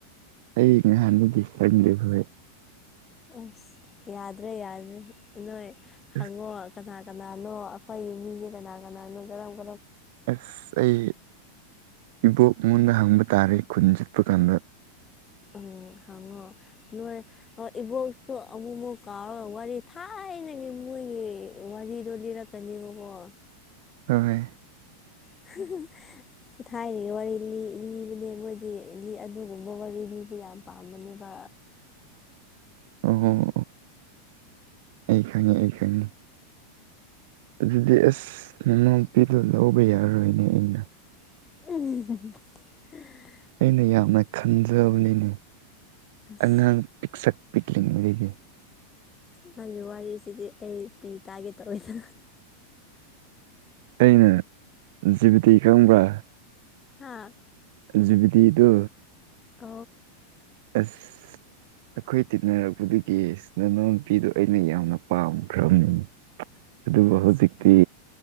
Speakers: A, on the right; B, on the left.
A: ꯑꯩ ꯉꯍꯥꯟꯗꯤ ꯆꯪꯗꯦ ꯐꯣꯏ
B: ꯑꯁ ꯌꯥꯗ꯭ꯔꯦ ꯌꯥꯗ꯭ꯔꯦ ꯅꯣꯏ ꯍꯪꯉꯣ
A: ꯑꯁ
B: ꯀꯅꯥ ꯀꯅꯥꯅꯣ ꯑꯩꯈꯣꯏ ꯃꯤꯁꯦ ꯀꯅꯥ ꯀꯅꯥꯅꯣ ꯀꯔꯝꯕ
A: ꯑꯦꯁ ꯑꯩ ꯏꯕꯣꯛ ꯃꯉꯣꯟꯗ ꯍꯪꯕ ꯇꯥꯔꯦ ꯈꯨꯟ ꯆꯠꯄ ꯀꯥꯟꯗ
B: ꯎꯝ ꯍꯉꯣ ꯅꯣꯏ ꯏꯕꯣꯛꯇꯣ ꯑꯃꯨꯛꯃꯨꯛ ꯀꯥꯎꯔꯒ ꯋꯥꯔꯤ ꯊꯥꯏꯅꯒꯤ ꯃꯣꯏꯒꯤ ꯋꯥꯔꯤꯗꯣ ꯂꯤꯔꯛꯀꯅꯦꯕꯀꯣ
A: ꯇꯃꯦꯦ
B: <unintelligible> ꯊꯥꯏꯅꯒꯤ ꯋꯥꯔꯤ ꯂꯤ ꯂꯤꯕꯅꯦ ꯃꯣꯏꯗꯤ ꯂꯤ ꯑꯗꯨꯒꯨꯝꯕ ꯋꯥꯔꯤ ꯂꯤ ꯑꯗꯨꯕꯨ ꯌꯥꯝ ꯄꯥꯃꯅꯦꯕ
A: ꯑꯣ ꯑꯣ ꯑꯩ ꯈꯪꯉꯅꯤ ꯑꯩ ꯈꯪꯅꯤ ꯑꯗꯨꯗꯤ ꯑꯁ ꯅꯅꯥꯎꯄꯤꯗꯣ ꯂꯧꯕ ꯌꯥꯔꯔꯣꯏꯅꯦ ꯑꯩꯅ
B: ꯑ
A: ꯑꯩꯅ ꯌꯥꯝꯅ ꯈꯟꯖꯕꯅꯤꯅꯦ
B: ꯑꯁ
A: ꯑꯉꯥꯡ ꯄꯁꯛ ꯄꯤꯛꯂꯤꯛ ꯂꯩꯦ
B: ꯅꯪꯒꯤ ꯋꯥꯔꯤꯁꯤꯗꯤ ꯑꯩ ꯄꯤ ꯇꯥꯒꯦ ꯇꯑꯣꯏꯗ
A: ꯑꯩꯅ ꯖꯤꯕꯇꯤ ꯀꯪꯕ꯭ꯔꯥ
B: ꯍꯥ
A: ꯖꯕꯇꯤ ꯇꯣ
B: ꯑ
A: ꯑꯁ ꯑꯩꯈꯣꯏ ꯇꯤꯟꯅꯔꯛꯄꯗꯒꯤ ꯏꯁꯅꯅꯄꯤꯗꯨꯣ ꯑꯩꯅ ꯌꯥꯝꯅ ꯄꯥꯝꯈ꯭ꯔꯕꯅꯤ ꯑꯗꯨꯕꯨ
B: ꯑꯁ
A: ꯍꯧꯖꯤꯛꯇꯤ